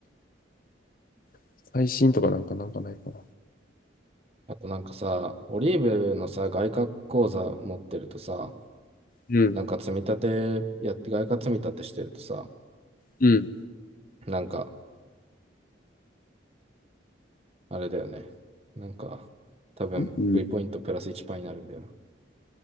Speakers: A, on the left; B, on the right.
A: <clears throat> 最新とかなんかなんかないかな。
B: あとなんかさ、オリーブのさ、外貨口座持ってるとさ、
A: うん、
B: なんか積み立てやって、外貨積み立てしてるとさ、
A: うん、
B: なんか、あれだよね。なんか、多分
A: うん。
B: V ポイントプラス1パーになるんだよな。